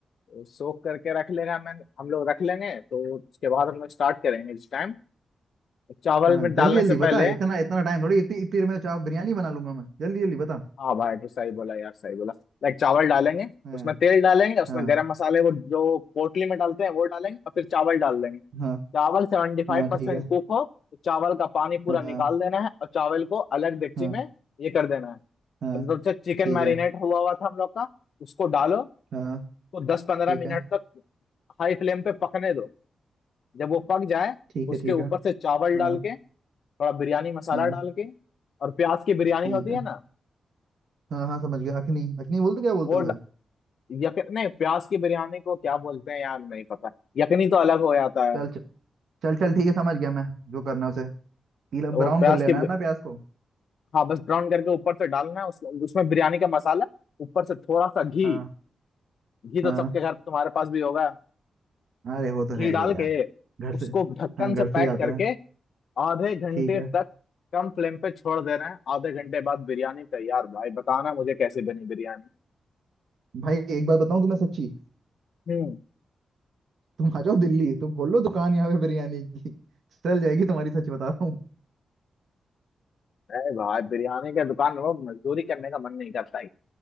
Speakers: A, on the left; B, on the right.
A: तो सोख करके रख लेगा मैं हम लोग रख लेंगे तो उसके बाद हम लोग स्टार्ट करेंगे इस टाइम चावल
B: हाँ
A: में डालने
B: जल्दी जल्दी
A: से
B: बता
A: पहले
B: इतना इतना टाइम थोड़ी इतनी इतनी देर में तो चाव बिरयानी बना लूंगा मैं जल्दी जल्दी बता
A: हाँ भाई तो सही बोला यार सही बोला लाइक चावल डालेंगे
B: हाँ
A: उसमें तेल डालेंगे उसमें
B: हाँ
A: गरम मसाले वो जो पोटली में डालते हैं वो डालेंगे और फिर चावल डाल देंगे
B: हाँ
A: चावल सेवेंटी फाइव
B: हाँ
A: परसेंट
B: ठीक है
A: कुक हो तो चावल का पानी पूरा
B: हाँ
A: निकाल देना है और चावल को अलग डेगची
B: हाँ
A: में ये कर देना है
B: हाँ
A: अब जब से चिकन
B: ठीक
A: मैरिनेट
B: है
A: हुआ हुआ था हम लोग का उसको डालो
B: हाँ
A: तो दस पंद्रह
B: ठीक
A: मिनट
B: है
A: तक हाई फ्लेम पे पकने दो जब वो पक जाए
B: ठीक
A: उसके
B: है ठीक
A: ऊपर
B: है
A: से चावल
B: हाँ
A: डाल के थोड़ा बिरयानी मसाला
B: हाँ
A: डाल के और प्याज की बिरयानी
B: ठीक
A: होती
B: है
A: है ना
B: हाँ हाँ समझ गया अखनी अखनी बोलते क्या बोलते
A: वो
B: हैं
A: ड...
B: उसे
A: यक... नहीं प्याज की बिरयानी को क्या बोलते हैं यार नहीं पता यकनी तो अलग हो जाता है
B: चल चल चल चल ठीक है समझ गया मैं जो करना है उसे पीला
A: तो वो
B: ब्राउन
A: प्याज
B: कर लेना
A: के
B: है ना प्याज को
A: हाँ बस ब्राउन करके ऊपर से डालना है उस, उसमें बिरयानी का मसाला ऊपर से थोड़ा सा घी
B: हाँ
A: घी तो
B: हाँ
A: सबके घर तुम्हारे पास भी होगा
B: अरे वो तो रहेगा
A: घी डाल
B: ही यार
A: के
B: घर
A: उसको
B: से
A: ढक्कन
B: हाँ घर
A: से पैक
B: से ही आता
A: करके
B: है
A: आधे घंटे
B: ठीक है
A: तक कम फ्लेम पे छोड़ दे रहे हैं आधे घंटे बाद बिरयानी तैयार भाई बताना मुझे कैसे बनी बिरयानी
B: भाई एक बात बताऊं तुम्हें सच्ची
A: हम्म
B: तुम आ जाओ दिल्ली तुम खोल लो दुकान यहाँ पे बिरयानी की चल जाएगी तुम्हारी सच बता रहा हूँ
A: अरे भाई बिरयानी के दुकान में वो मजदूरी करने का मन नहीं करता ही